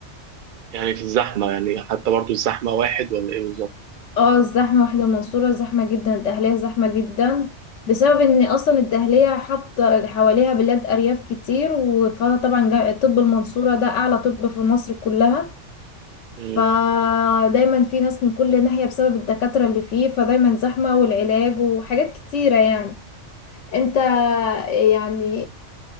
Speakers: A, on the right; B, on the left.
A: يعني في الزحمة يعني حتى برضو الزحمة واحد ولا ايه بالظبط؟
B: اه الزحمة واحد المنصورة زحمة جدا الدهلية زحمة جدا بسبب ان اصلا الدهلية حاطة حواليها بلاد ارياف كتير فطبعا جا- طب المنصورة ده اعلى طب في مصر كلها
A: مم.
B: فدايما في ناس من كل ناحية بسبب الدكاترة اللي فيه فدايما زحمة والعلاج وحاجات كتيرة يعني انت يعني